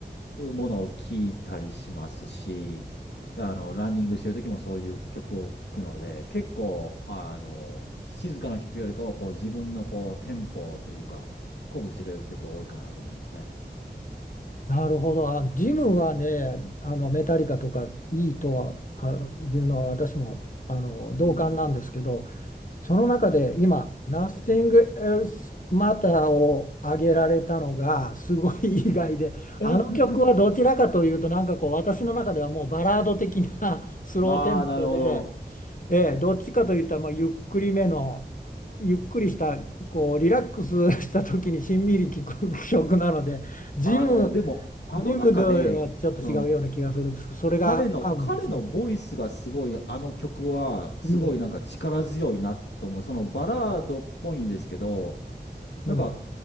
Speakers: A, on the left (about 80°); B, on the left (about 50°).
A: ものを聞いたりしますし、あの、ランニングしてる時もそういう曲を聴くので、結構、あの、静かな曲よりかは、こう自分のこうテンポというか、鼓舞してくれる曲が多いかなと思いますね。
B: なるほど。あ、ジムはね、あのメタリカとかいいとはあいうのは私もあの同感なんですけど、
A: うん。
B: その中で今、Nothing Else Matter を挙げられたのがすごい意外で、
A: <laughs>
B: あの曲はどちらかというと、なんかこう、私の中ではもうバラード的な <laughs> スローテンポで、
A: ああ、なるほど。
B: ええ、どっちかといったらまあゆっくりめの、ゆっくりした、こう、リラックスした時にしんみり聴く曲なので、ジム
A: あの、でも、あの中で、
B: ジムではちょっと違うような気がするんですけど、
A: うん
B: それが合うんですね。
A: 彼の、彼のボイスがすごい、あの曲は、すごいなんか力強いなと思う。
B: うん。
A: そのバラードっぽいんですけど、
B: うん。
A: なんか